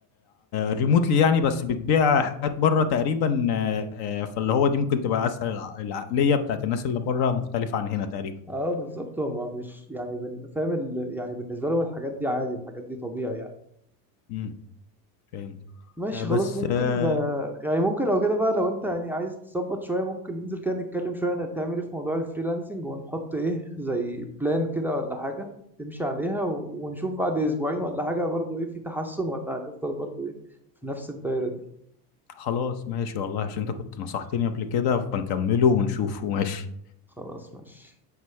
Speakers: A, on the left (about 50°); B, in the centre.
A: ريموتلي يعني بس بتبيع حاجات بره تقريبا آه، آه، فاللي هو دي ممكن تبقى اسهل الع- العقليه بتاعت الناس اللي بره مختلفه عن هنا تقريبا
B: آه، بالظبط هما مش يعني بن- فاهم ال- يعني بالنسبة لهم الحاجات دي عادي الحاجات دي طبيعي يعني
A: امم فاهم
B: ماشي
A: آه، بس
B: خلاص ممكن
A: آه،
B: آه، يعني ممكن لو كده بقى لو انت يعني عايز تظبط شوية ممكن ننزل كده نتكلم شوية إن- تعمل ايه في موضوع الفريلانسنج ونحط ايه زي بلان كده ولا حاجة تمشي عليها و- ونشوف بعد اسبوعين ولا حاجة برضو ايه في تحسن ولا هنفضل برضو ايه في نفس الدايرة دي
A: خلاص ماشي والله عشان انت كنت نصحتني قبل كده فنكمله ونشوفه ماشي
B: خلاص ماشي